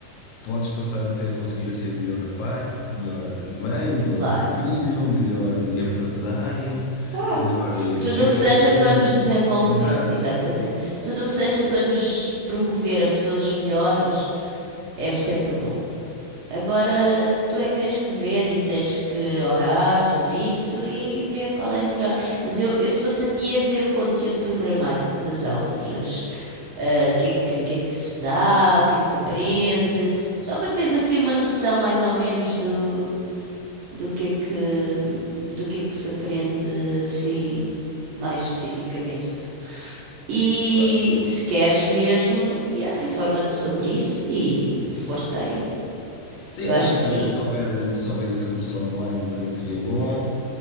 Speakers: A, on the left (about 70°); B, on the right (about 70°).
A: podes passar até a conseguir ser melhor pai, melhor eh, mãe, melhor
B: Claro,
A: filho, melhor eh, empresário,
B: claro.
A: melhor eh,
B: Tudo
A: chefe,
B: o que seja para nos desenvolver,
A: exato,
B: exatamente. Tudo o que seja para nos promover a pessoas melhores é sempre bom. Agora tu é que tens que ver e tens que orar sobre isso e ver qual é a melhor. Mas eu, eu se fosse a ti, ia ver o conteúdo programático das aulas, as- ah, o que é que, o que é que se dá, o que é que se aprende, só para teres assim uma noção mais ou menos do, do que é que, do que é que se aprende assim mais especificamente. E
A: claro.
B: se queres mesmo, yeah, informa-te sobre isso e força aí.
A: Sim,
B: Eu acho
A: também
B: que sim.
A: às vezes se houver, eh, se houver esse curso online também seria bom.